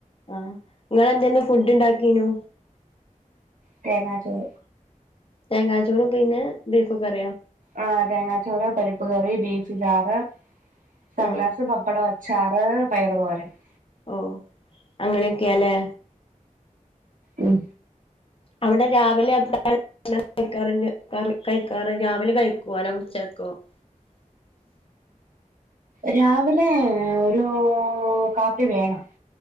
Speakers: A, on the left; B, on the right.
A: ആഹ് നിങ്ങെളെന്തെന്ന് ഫുഡ്ഡ്ഇണ്ടാക്കീനു?
B: തേങ്ങചോറ്
A: തേങ്ങാചോറും പിന്നെബീഫ്കറിയോ?
B: ആ തേങ്ങാച്ചോറ് പരിപ്പ്കറി ബീഫ്ചാറ് സർലാസ്,
A: ആഹ്
B: പപ്പടം, അച്ചാറ് പയറ്തോരനും
A: ഓ അങ്ങനെയൊക്കെയാല്ലെ?
B: ഉം
A: അവിടെ രാവിലെ <unintelligible> <unintelligible> രാവിലെ കഴിക്കോ അല്ല ഉച്ചക്കോ? <inaudible>
B: രാവിലേ ഒരൂ കാപ്പിവേണം